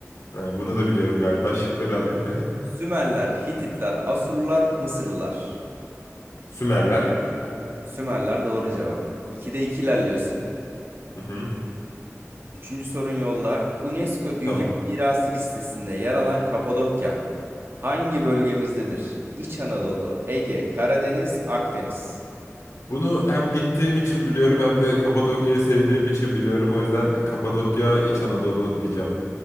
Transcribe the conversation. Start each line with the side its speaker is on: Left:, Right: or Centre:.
Left: Ha, bunu da biliyorum galiba. Şıkları alayım. <laughs>
Right: Sümerler, Hititler, Asurlular, Mısırlılar.
Left: Sümerler.
Right: Sümerler doğru cevap. İkide iki ilerliyorsun.
Left: Hı-hı.
Right: Üçüncü sorun yolla. UNESCO Dünya
Left: Tamam.
Right: Mirası listesinde yer alan Kapadokya hangi bölgemizdedir? İç Anadolu, Ege, Karadeniz, Akdeniz.
Left: Bunu hem gittiğim için biliyorum hem de Kapadokya'yı sevdiğim için biliyorum. O yüzden Kapadokya İç Anadolu diyeceğim.